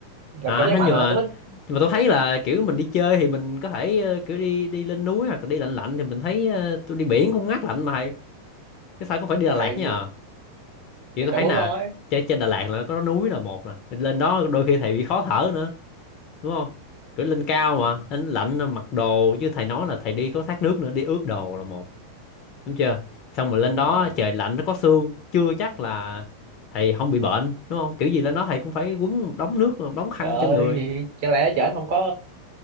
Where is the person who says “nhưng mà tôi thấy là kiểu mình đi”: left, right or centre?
Left